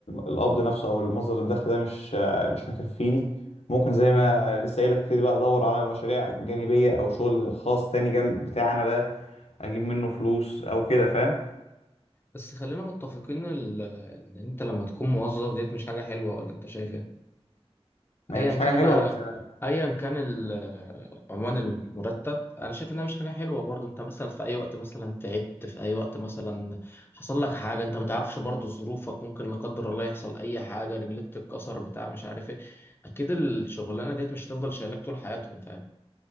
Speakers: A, on the left; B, on the left.
A: القبض نفسه او المصدر الدخل ده مش آه، مش مكفيني ممكن زي ما لسه قايل لك ابتدي بقى ادور على مشاريع جانبيه او شغل خاص تاني جنب بتاعنا بقى اجيب منه فلوس او كده فاهم
B: بس خلينا متفقين ال- ان انت لما تكون موظف ديت مش حاجة حلوة ولا انت شايف ايه
A: ما
B: ايا
A: هي مش حاجه
B: كان
A: حلوه
B: بقى
A: بس
B: ايا كان ال- عنوان المرتب انا شايف انها مش حاجه حلوه برضو انت مثلا في اي وقت مثلا تعبت في اي وقت مثلا حصل لك حاجه انت ما تعرفش برضو ظروفك ممكن لا قدر الله يحصل اي حاجه رجلك تتكسر بتاع مش عارف ايه اكيد الشغلانه ديت مش هتفضل شايلاك طول حياتهم فاهم